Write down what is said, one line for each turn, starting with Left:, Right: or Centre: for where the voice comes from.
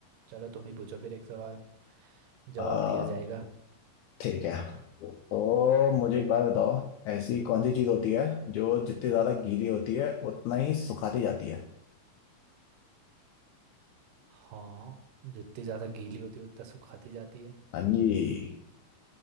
Right: चलो तुम ही पूछो फिर एक सवाल
Left: आ,
Right: जवाब दिया जाएगा
Left: ठीक है तो मुझे एक बात बताओ ऐसी कौन सी चीज होती है जो जितनी ज्यादा गीली होती है उतना ही सुखाती जाती है
Right: हाँ जितनी ज़्यादा गीली होती है उतना सुखाती जाती है
Left: हाँ जी